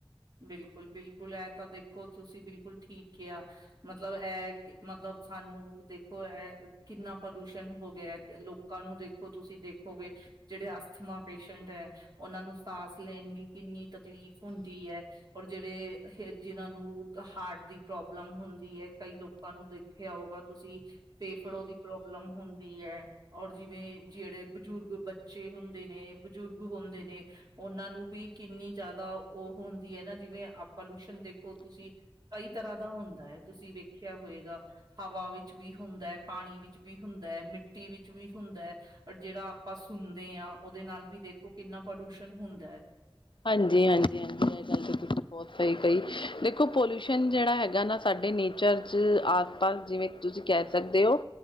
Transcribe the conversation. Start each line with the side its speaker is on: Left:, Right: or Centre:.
Right: ਬਿਲਕੁਲ-ਬਿਲਕੁਲ ਇਹ ਤਾਂ ਦੇਖੋ ਤੁਸੀਂ ਬਿਲਕੁਲ ਠੀਕ ਕਿਹਾ ਮਤਲਬ ਇਹ, ਮਤਲਬ ਸਾਨੂੰ ਦੇਖੋ ਇਹ ਕਿੰਨਾ ਪ੍ਰਦੂਸ਼ਣ ਹੋ ਗਿਆ ਲੋਕ ਕੱਲ ਨੂੰ ਦੇਖੋ ਤੁਸੀਂ ਦੇਖੋਗੇ ਜਿਹੜੇ ਅਸਥਮਾ ਪੇਸ਼ੈਂਟ ਹੈ, ਉਹਨਾਂ ਨੂੰ ਸਾਂਸ ਲੈਣ ਲਈ ਕਿੰਨੀ ਤਕਲੀਫ਼ ਹੁੰਦੀ ਹੈ ਔਰ ਜਿਹੜੇ, ਜਿਹਨਾਂ ਨੂੰ ਹਾਰਟ ਦੀ ਪ੍ਰੋਬਲਮ ਹੁੰਦੀ ਹੈ ਕਈ ਲੋਕਾਂ ਨੂੰ ਦੇ ਦੇਖਿਆ ਹੋਗਾ ਤੁਸੀਂ, ਫੇਫੜੇ ਦੀ ਪ੍ਰੋਬਲਮ ਹੁੰਦੀ ਇਹੀ ਹੈ, ਔਰ ਜਿਵੇਂ ਜਿਹੜੇ ਬਜ਼ੁਰਗ ਬੱਚੇ ਹੁੰਦੇ ਨੇ ਬਜ਼ੁਰਗ ਹੁੰਦੇ ਨੇ ਉਹਨਾਂ ਨੂੰ ਵੀ ਕਿੰਨੀ ਜ਼ਿਆਦਾ ਉਹ ਹੁੰਦੀ ਹੈ ਨਾ ਜਿਵੇਂ ਪੋਲਿਊਸ਼ਨ ਦੇਖੋ ਤੁਸੀਂ ਕਈ ਤਰ੍ਹਾਂ ਦਾ ਹੁੰਦਾ ਹੈ, ਤੁਸੀ ਵੇਖਿਆ ਹੋਏਗਾ ਹਵਾ ਵਿੱਚ ਵੀ ਹੁੰਦਾ ਹੈ, ਪਾਣੀ ਵਿੱਚ ਵੀ ਹੁੰਦਾ ਹੈ, ਮਿੱਟੀ ਵਿੱਚ ਵੀ ਹੁੰਦਾ ਹੈ। ਜਿਹੜਾ ਆਪਾਂ ਸੁਣਦੇ ਹਾਂ, ਉਹਦੇ ਨਾਲ ਵੀ ਦੇਖੋ ਕਿੰਨਾ ਪੋਲਿਊਸ਼ਨ ਹੁੰਦਾ ਹੈ
Left: ਹਾਂਜੀ, ਹਾਂਜੀ, ਹਾਂਜੀ ਤੁਸੀਂ ਬਹੁਤ ਸਹੀ ਕਹੀ, ਦੇਖੋ ਪੋਲਿਊਸ਼ਨ ਜਿਹੜਾ ਹੈਗਾ ਨਾ। ਸਾਡੇ ਨੇਚਰ 'ਚ ਆਸ -ਪਾਸ ਜਿਵੇਂ। ਤੁਸੀਂ, ਕਹਿ ਸਕਦੇ ਹੋ।